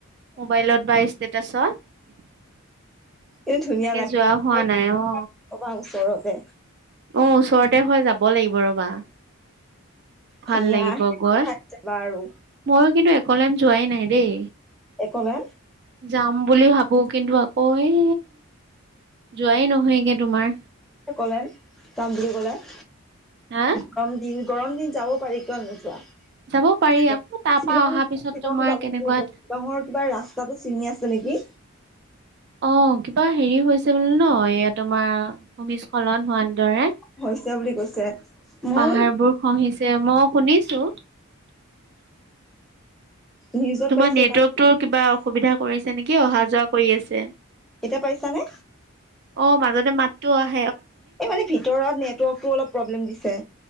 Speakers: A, on the right; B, in the centre.
A: মোবাইলত বা ষ্টেটাছত তাকে
B: কিন্তু ধুনীয়া লাগে
A: যোৱা হোৱা নাই আহ
B: কবা ওচৰতে
A: অ', ওচৰতে হৈ যাব লাগিব ৰবা। ভাল
B: ধুনীয়া
A: লাগিব গৈ
B: ঠাইত যাবা আৰু
A: মইো কিন্তু একলে যোৱাই নাই দেই
B: একলেন
A: যাম বুলি ভাবোঁ কিন্তু আকৌ এই যোৱাই নহয়গে তোমাৰ
B: কলে তাম <unintelligible>
A: হা
B: গৰম দিন গৰম দিন যাব পাৰি কিয়নো নোযোৱা
A: যাব পাৰি আকৌ তাৰ
B: শ্বিলং,
A: পৰা অহাৰ পিছত
B: শ্বিলং
A: তোমাৰ
B: যাব
A: কেনেকুৱা
B: শ্বিলঙৰ কিবা ৰাস্তাটো ছিঙি আছে আ, নেকি
A: অ', কিবা হেৰি হৈছে বো ন এয়া তোমাৰ ভূমিস্খলন হোৱাৰ দৰে
B: হৈছে বুলি কৈছে ময়ো
A: পাহাৰবোৰ খহিছে মই শুনিছোঁ
B: নিউজত
A: তোমাৰ
B: পাইছে
A: নেটৱৰ্কতটো
B: কাৰণ
A: কিবা অসুবিধা কৰিছে নেকি অহা যোৱা কৰি আছে
B: কেতিয়া পাইছা নে
A: অ', মাজতে মাতটো আহ
B: এই মানে ভিতৰত নেটৱৰ্কতটো অলপ প্ৰব্লেম দিছে